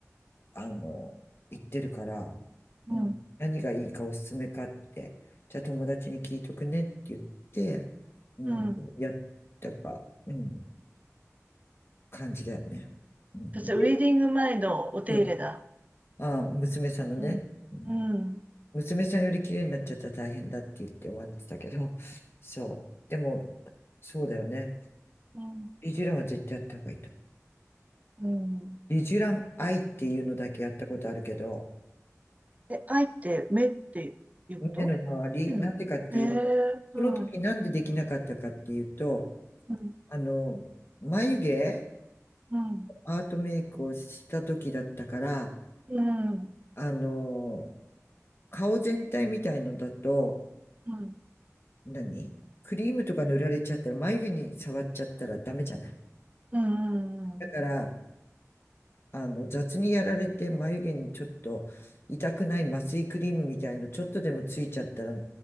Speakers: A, on the left (about 50°); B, on the right (about 30°).
A: あの、行ってるから、
B: うん、
A: うん、何がいいかおすすめかって、じゃあ友達に聞いとくねって言って、うん、
B: うん。
A: やったか、うん、感じだよね。うん、
B: 私はウェディング前のお手入れだ。
A: でそうあ、娘さんのね。
B: うん、
A: うん
B: うん、
A: 娘さんより綺麗になっちゃったら大変だって言って終わってたけど、そう。でも、そうだよね。
B: うん、
A: リジュランは絶対やった方がいいと思う。
B: うん。
A: リジュランアイっていうのだけやったことあるけど、
B: え、愛って目って言うことうん。
A: 目の周り、なんでかっていう、
B: ええうん、
A: その時なんでできなかったかっていうと、
B: うん、
A: あの、眉毛、
B: うん、
A: アートメイクをした時だったから、
B: うん、うん、
A: あの、顔全体みたいのだと、
B: うん、
A: 何クリームとか塗られちゃったら、眉毛に触っちゃったらダメじゃない。
B: うん、
A: だから、あの、雑にやられて眉毛にちょっと痛くない麻酔クリームみたいのちょっとでもついちゃったら、